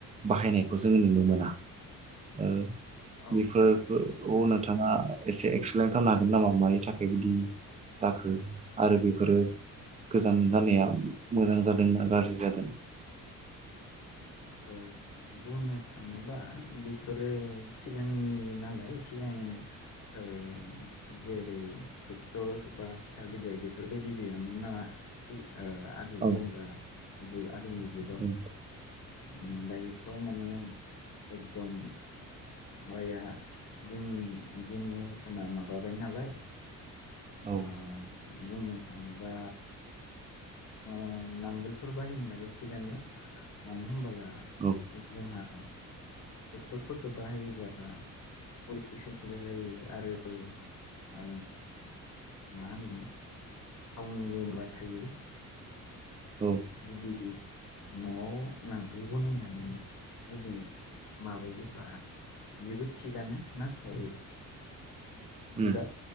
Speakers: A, on the right; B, on the left.
A: बाहायनायखौ जोङो नुनो मोना ओ
B: औ
A: बेफोरखौनो
B: मोना
A: होनो नोंथाङा एसे एक्सप्लेन खालामनो हागोन नामा मानि थाखाय बिदि जाखो आरो बेफोरो गोजान जानाया मोजां जादोंना गाज्रि जादों?
B: ओ, बुंनो थाङोबा बेफोरो सिगांनि नालाय सिगां ओ, जेरै ट्रेक्टर बा फिसा गिदिर बेफोरबायदि गैयामोन ना सिगां ओ आरो
A: औ
B: जेनेबा जुगार आगोलनि जुगाव
A: औ
B: ओम, दायोथ' माने एकदम माइया जोंनि जेनेरेसना माबाबाय नालाय
A: औ
B: ओ बुंनो थाङोबा ओं नांगोलफोर बाहायनायाबो थिगानो मानो होनबोला
A: औ
B: <unintelligible> जोंहा ट्रेक्टरफोरखो बाहायोबा <unintelligible> जायो आरो आ मा थावनिबो माबा थायो।
A: औ
B: बिदि न'आव नांगोल बनायनानै जुदि माबायोबा बेबो थिगानो नाथाय
A: उम
B: बिराद